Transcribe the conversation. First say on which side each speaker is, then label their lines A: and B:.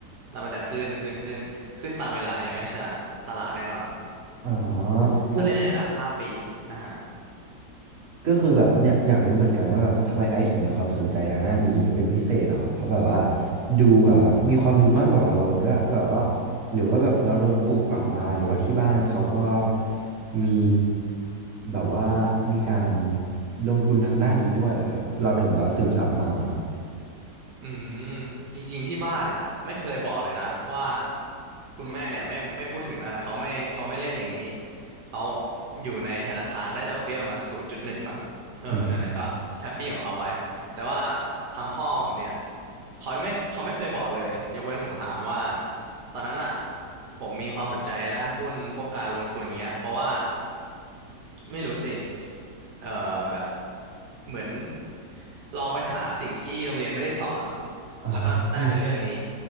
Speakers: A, on the right (about 70°); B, on the right (about 50°).
A: แล้วมันจะขึ้นขึ้นขึ้นขึ้นตามเวลาอย่างเงี้ยชนะตลาดแน่นอน
B: อ๋อก็
A: ถ้าเล่นในระดับห้าปีอ่ะฮะ
B: ก็คือแบบเนี่ยอยากรู้เหมือนกันว่าแบบทำไมไอซ์ถึงมีความสนใจทางด้านนี้เป็นพิเศษเหรอเพราะแบบว่าดูแบบว่ามีความรู้มากกว่าเราด้วยแบบว่าหรือว่าแบบเราโดนปลูกฝังมาหรือว่าที่บ้านเขาก็มีแบบว่ามีการลงทุนทางด้านนี้ด้วยเหรอครับเราถึงแบบซึมซับมาครับ
A: อืมจริงๆที่บ้านอ่ะไม่เคยบอกเลยนะว่าคุณแม่เนี่ยไม่ไม่พูดถึงมันเขาไม่เขาไม่เล่นอย่างนี้เขาอยู่ในธนาคารได้ดอกเบี้ยประมาณศูนย์จุดหนึ่งมั้งเออนั่นแหละก็แฮปปี้ของเขาไป
B: อืม
A: แต่ว่าทางพ่อผมเนี่ยเขาไม่เขาไม่เคยบอกเลยยกเว้นผมถามว่าตอนนั้นอ่ะผมมีความสนใจด้านหุ้นพวกการลงทุนเงี้ยเพราะว่า ไม่รู้สิเอ่อแบบเหมือนลองไปหาสิ่งที่โรงเรียนไม่ได้สอน
B: อ่า
A: แล้วก็ได้เป็นเรื่องนี้